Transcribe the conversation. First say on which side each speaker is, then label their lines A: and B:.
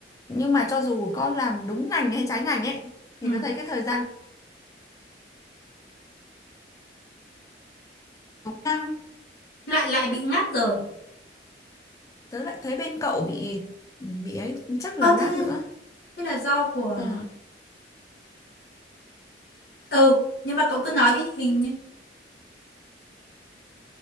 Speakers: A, on the left; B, on the left.
A: nhưng mà cho dù có làm đúng ngành hay trái ngành ấy thì
B: ừ.
A: tớ thấy cái thời gian đúng
B: lại lại bị ngắt rồi
A: tớ lại thấy bên cậu bị bị ấy chắc
B: ờ
A: là lát
B: thế
A: nữa
B: thế là do của
A: Ờ.
B: ừ nhưng mà cậu cứ nói đi hình như